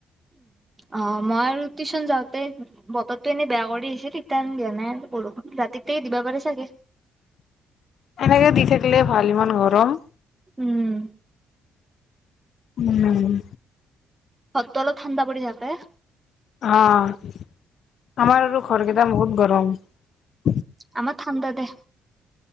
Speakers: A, on the right; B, on the left.
A: অ' মই আৰু টিউচন যাওঁতে বতৰটো এনে বেয়া কৰি আহিছে। তিতা দিয়া নাই বৰষুণ, ৰাতিতে দিবা পাৰে চাগে।
B: এনেকে দি থাকিলে ভাল, ইমান গৰম।
A: উম।
B: উম।
A: ঘৰটো অলপ ঠাণ্ডা পৰি থাকে।
B: অ'। আমাৰ আৰু ঘৰকেইটা বহুত গৰম। ৰং
A: আমাৰ ঠাণ্ডা দে